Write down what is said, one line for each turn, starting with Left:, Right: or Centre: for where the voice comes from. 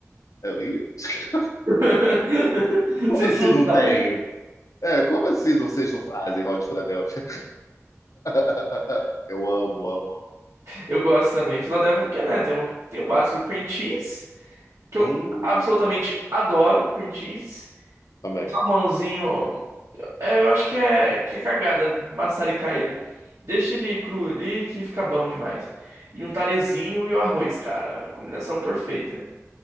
Left: Eu, "Ih, <laughs>
Right: <laughs>
Left: como
Right: Vocês
Left: assim
Right: não
Left: não
Right: sabem.
Left: tem? É, como assim vocês não fazem hot Philadelphia? <laughs> Eu amo, amo, amo.
Right: Eu gosto também. Filadélfia, porque, né, tem o, tem o básico cream cheese. que
Left: Hum,
Right: eu absolutamente adoro, cream cheese.
Left: também.
Right: Salmãozinho, é, eu acho que é, que é cagada maçaricar ele. Deixa ele cru ali que fica bom demais. E um tarezinho e o arroz, cara. Combinação perfeita.